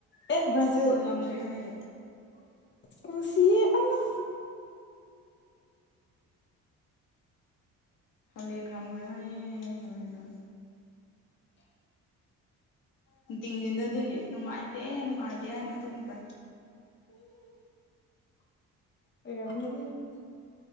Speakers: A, on the left; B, on the left.
A: ꯑꯦ ꯕ꯭ꯔꯥꯖꯤꯜ
B: ꯉꯝꯗ꯭ꯔꯦ ꯍꯥꯏꯌꯦ
A: ꯅꯨꯡꯁꯤꯌꯦ ꯑꯅꯥ
B: ꯍꯂꯦꯟ ꯉꯝꯈ꯭ꯔꯦ ꯍꯥꯏꯌꯦ ꯍꯂꯦꯟꯅ ꯇꯤꯡꯇꯤꯡꯖꯤꯟꯗ ꯑꯗꯨꯒꯤ ꯅꯨꯡꯉꯥꯏꯇꯦ ꯅꯨꯡꯉꯥꯏꯇꯦ ꯍꯥꯏꯅ ꯇꯨꯝꯈ꯭ꯔꯦ
A: ꯑꯣꯏꯔꯝꯒꯗꯤ